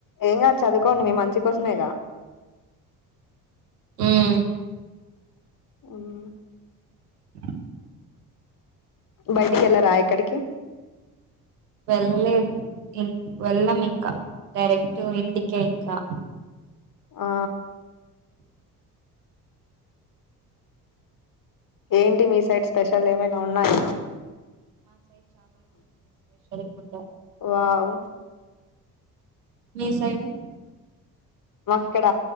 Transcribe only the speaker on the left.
ఏం కాదు చదువుకోండి మీ మంచి కోసమేగా
అన్ను
బయటికి వెళ్ళరా ఎక్కడికి
ఆ ఏంటి మీ సైడ్ స్పెషల్ ఏమైనా ఉన్నాయా
వావ్
వక్కడ